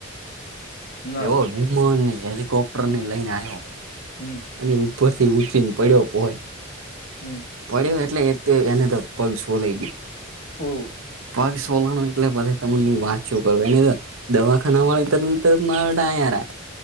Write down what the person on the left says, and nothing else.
ના
હોય
હમ
હમ
ઓહ!